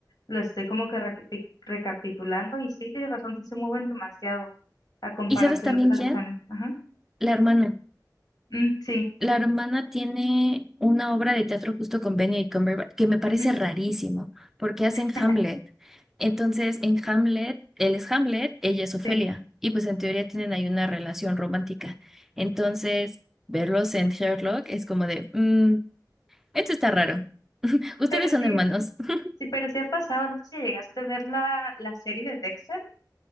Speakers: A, on the left (about 60°); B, in the centre.
A: lo estoy como que recapi- recapitulando y sí, tienes razón, sí se mueven demasiado a comparación
B: ¿Y sabes también
A: de otras
B: quién?
A: acciones. Ajá.
B: La hermana.
A: Mm, sí.
B: La hermana tiene una obra de teatro justo con Benedict Cumberbatch que me parece
A: ujú.
B: rarísimo, porque hacen
A: <laughs>
B: Hamlet. Entonces, en Hamlet, él es Hamlet, ella es Ofelia,
A: Sí,
B: y pues en teoría tienen ahí una relación romántica. Entonces, verlos en Sherlock es como de, "Mm, esto está raro. Ustedes
A: pero sí,
B: son hermanos. <laughs>
A: sí, pero sí ha pasado. No sé si llegaste a ver la, la serie de Dexter.